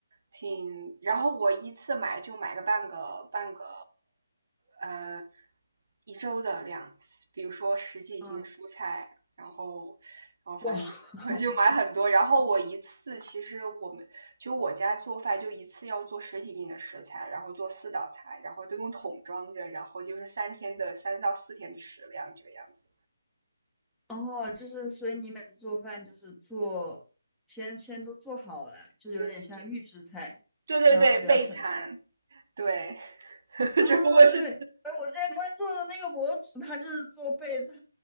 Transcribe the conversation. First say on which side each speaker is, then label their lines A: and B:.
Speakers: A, on the right (about 50°); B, in the centre.
A: 挺，然后我一次买就买个半个半个呃一周的量，比如说十几斤蔬菜，
B: 嗯，
A: 然后然后反正就
B: 哇，<laughs>
A: <laughs> 就买很多，然后我一次其实我们就我家做饭就一次要做十几斤的食材，然后做四道菜，然后都用桶装着，然后就是三天的三到四天的食量这个样子。
B: 哦，就是所以你每次做饭就是做，先先都做好了，就有点像预制菜，
A: 对对对对，
B: 然后比较省事。
A: 备餐。对，<laughs>
B: 哦，
A: 只不过是
B: 对，哎，我之前关注的那个博主，他就是做备菜